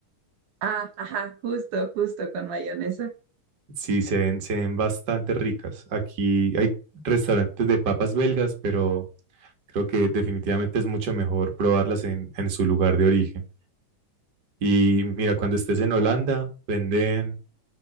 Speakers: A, on the right (about 70°); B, on the right (about 35°).
A: ah, ajá, justo, justo con mayonesa.
B: Sí, se ven, se ven bastante ricas. Aquí hay restaurantes de papas belgas, pero creo que definitivamente es mucho mejor probarlas en, en su lugar de origen. Y mira, cuando estés en Holanda, venden,